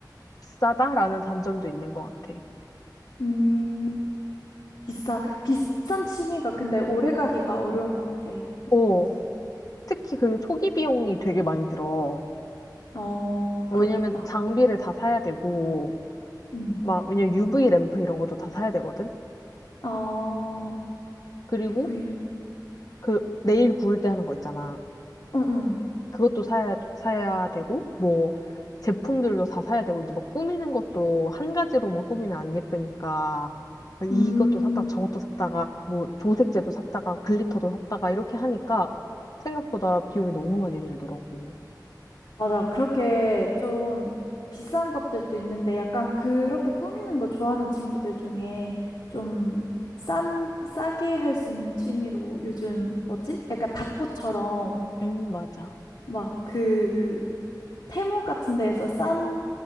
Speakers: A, on the left; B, on the left.
A: 비싸다라는 단점도 있는 것 같아.
B: 음, 비싸, 비싼 취미가 근데 오래 가기가 어려운 것 같아.
A: 어,
B: 계속.
A: 특히 그리고 초기 비용이 되게 많이 들어.
B: 어,
A: 왜냐면
B: 그렇겠다.
A: 장비를 다 사야 되고,
B: 음.
A: 막, 왜냐면 UV 램프 이런 것도 다 사야 되거든?
B: 어,
A: 그리고
B: 유부 이름.
A: 그 네일 구울 때 하는 거 있잖아.
B: 응, 응.
A: 그것도 사야, 사야 되고, 뭐, 제품들도 다 사야 되고, 이제 뭐 꾸미는 것도 한 가지로만 꾸미면 안 예쁘니까, 이것도
B: 음,
A: 샀다, 저것도 샀다가, 뭐, 조색제도 샀다가, 글리터도 샀다가, 이렇게 하니까 생각보다 비용이 너무 많이 들더라고.
B: 맞아. 그렇게 좀 비싼 것들도 있는데 약간 그렇게 꾸미는 거 좋아하는 친구들 중에 좀 싼, 싸게 할 수 있는 취미로 요즘 뭐지? 약간 닭부처럼
A: 음, 맞아.
B: 막그 테무 같은 데에서 싼